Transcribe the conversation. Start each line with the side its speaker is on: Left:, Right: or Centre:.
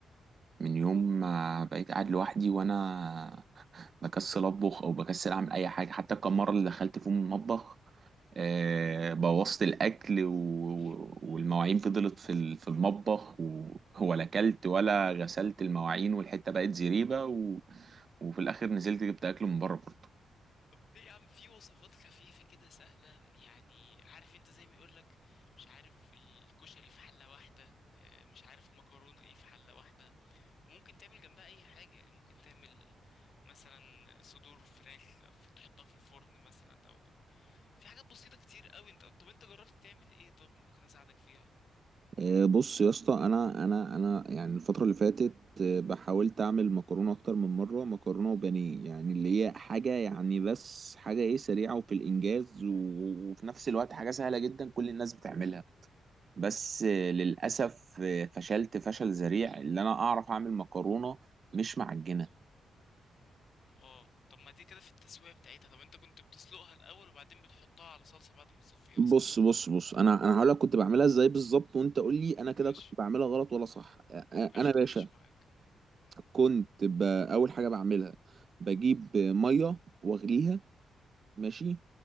Right: من يوم ما بقيت قاعد لوحدي وانا بكسل اطبخ او بكسل اعمل اي حاجه حتى الكام مره اللي دخلت فيهم المطبخ آه، بوظت الاكل و...
Left: <laughs>
Right: والمواعين فضلت في ال- في المطبخ و... ولا اكلت ولا غسلت المواعين والحته بقت زريبه و... وفي الاخر نزلت جبت اكل من بره برضه
Left: طب ليه يا عم في وصفات خفيفه كده سهله يعني عارف انت زي ما يقولك مش عارف الكشري في حله واحده آه، مش عارف مكرونه ايه في حله واحده وممكن تعمل جنبها اي حاجه يعني ممكن تعمل مثلا صدور فراخ في- تحطها في الفرن مثلا او في حاجات بسيطه كتير قوي انت طب انت جربت تعمل ايه طب ممكن اساعدك فيها
Right: آه، بص يا اسطى انا انا انا يعني الفتره اللي فاتت آه، بحاولت اعمل مكرونه اكتر من مره مكرونه وبانيه يعني اللي هي حاجه يعني بس حاجه ايه سريعه وفي الانجاز و- وفي نفس الوقت حاجه سهله جدا كل الناس بتعملها بس للأسف فشلت فشل ذريع اللي أنا أعرف أعمل مكرونة مش معجنة
Left: اه طب ما دي كده في التسوية بتاعتها طب انت كنت بتسلقها الأول وبعدين بتحطها على صلصة بعد ما تصفيها صح؟
Right: بص بص بص انا انا هقول لك كنت بعملها ازاي بالظبط وانت قول لي انا
Left: ماشي
Right: كده كنت بعملها غلط ولا صح أ-
Left: قشطة
Right: انا يا باشا
Left: ماشي معاك مم.
Right: كنت ب... اول حاجه بعملها بجيب ميه واغليها ماشي